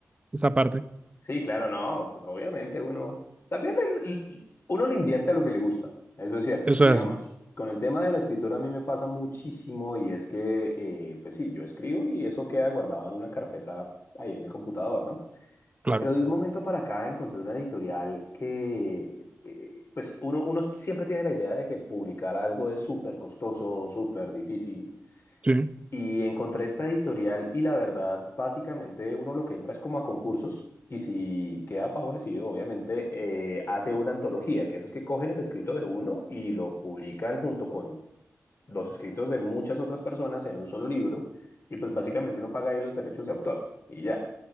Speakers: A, on the right; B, on the left.
A: esa parte,
B: sí, claro, no, pues obviamente uno también le- le- uno le invierte a lo que le gusta, eso es cierto.
A: eso
B: Digamos,
A: es así,
B: con el tema de la escritura a mí me pasa muchísimo y es que, eh, pues sí, yo escribo y eso queda guardado en una carpeta ahí en el computador, ¿no?
A: claro.
B: Pero de un momento para acá encontré una editorial que, eh, pues uno, uno siempre tiene la idea de que publicar algo es súper costoso, súper difícil.
A: Sí.
B: Y encontré esta editorial y la verdad, básicamente uno lo que entra es como a concursos y si queda favorecido, obviamente eh, hace una antología, que eso es que cogen el escrito de uno y lo publican junto con los escritos de muchas otras personas en un solo libro y pues básicamente uno paga ahí los derechos de autor y ya.